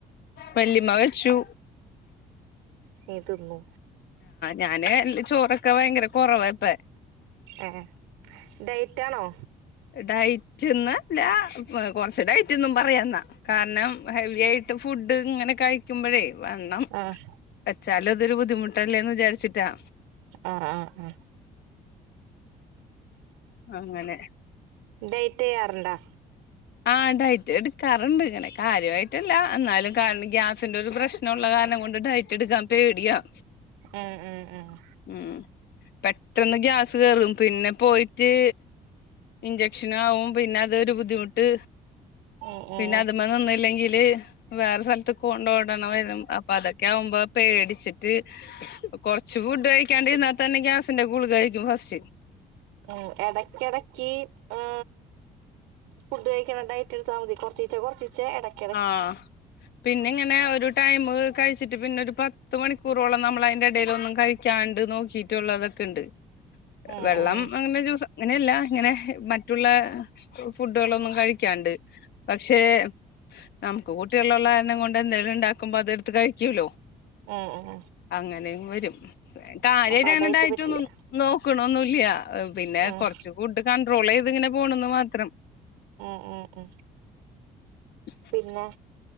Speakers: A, on the left; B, on the right.
A: വല്ലിമ്മ വച്ചു
B: നീ തിന്നു
A: ഞാന് ചോറൊക്കെ ഭയങ്കര കുറവാ ഇപ്പ
B: ഏഹ് ഡയറ്റാണോ
A: ഡയറ്റ് ഒന്നും അല്ല കുറച്ച് ഡയറ്റ് ന്നും പറയാന്നാ കാരണം ഹെവി ഫുഡ് ഇങ്ങനെ കഴിക്കുമ്പോഴേ വണ്ണം
B: ആഹ്
A: വെച്ചാലും അതൊരു ബുദ്ധിമുട്ടല്ലേന്ന് വിചാരിച്ചിട്ടാ.
B: ആഹ് ആഹ് ആഹ്ഹം
A: അങ്ങനെ
B: ഡൈറ്റ് ചെയ്യാറുണ്ടോ?
A: ആ ഡയറ്റ് എടുക്കാറുണ്ട് ഇങ്ങനെ കാര്യമായിട്ടല്ല എന്നാലും കാരണം ഗ്യാസിന്റെ ഒരു പ്രശ്നമുള്ള കാരണം കൊണ്ട് ഡയറ്റ് <unintelligible>
B: ഉം ഉം ഉം
A: ഉം പെട്ടന്ന് ഗ്യാസ് കേറും പിന്നെ പോയിറ്റ് ഇഞ്ചെക്ഷനാകും പിന്നെ അതൊരു ബുദ്ധിമുട്ട്.
B: ഉം ഉം
A: പിന്നെ അത് ഇമ്മന്നൊന്നില്ലെങ്കില്. വേറെ സ്ഥലത്ത് കൊണ്ടോഓടണ് വരും അപ്പൊ അതൊക്കെ ആകുമ്പോ പേടിച്ചിട്ട്. കൊറച്ച് ഫുഡ് കഴിക്കൻഉടകിൽ തന്നെ ഗ്യാസിന്റെ ഗുളിക കഴിക്കും ഫസ്റ്റ്.
B: ഉ ഇടക്കിടക്ക് ഏ ഫുഡ് കഴിക്കണ ഡയറ്റ് എടുത്താൽ മതി. കൊറച്ചീച്ച കൊറച്ചീച്ച ഇടയ്.
A: ആഹ പിന്ന ഇങ്ങനെ ഒരു ടൈം കഴിച്ചിട്ട് പിന്നെ ഒരു പത്ത് മണിക്കൂറോളം നമ്മൾ അതി ട ഒന്നും കഴിക്കാണ്ട് നോക്കിയിട്ടുള്ളതൊക്കെ ഉണ്ട്.
B: ഉം
A: വെള്ളം
B: ഉം
A: അങ്ങനെ അങ്ങനെയല്ല ഇങ്ങനെ മറ്റുള്ള ഫുഡുകളൊന്നും കഴിക്കാണ്ട്. പക്ഷേ നമുക്ക് കൂട്ടികളുള്ള കാരണം കൊണ്ട് എന്തെങ്കിലും ഉ ണ്ടാക്കുമ്പോ അതെടുത്ത് കഴിക്കൂല്ലോ
B: ഉം ഉം
A: അങ്ങനെ വരും കാര്യയിട്ടങ്ങനെ
B: അപ്പൊ അടായിട്ട്
A: ഡയറ്റ്
B: പറ്റില്ല
A: നും നോക്കണൊന്നില്ല പിന്നെ
B: ഉം
A: കുറച്ച് ഫുഡ് കൺണ്ട്രോൾ ചെയ്ത് ഇങ്ങനെ പോണന്ന് മാത്രം.
B: ആ ആ ഉ
A: ഉ
B: പിന്നെ